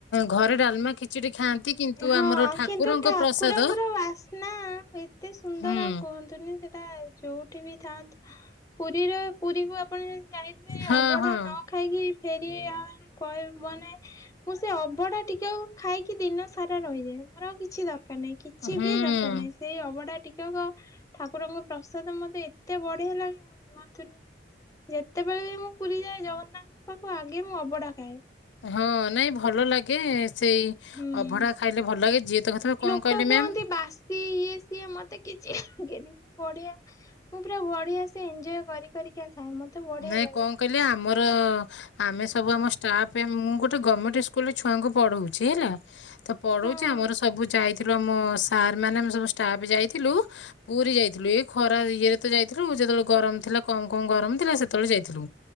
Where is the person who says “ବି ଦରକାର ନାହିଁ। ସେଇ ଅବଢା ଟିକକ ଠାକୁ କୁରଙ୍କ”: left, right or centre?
Left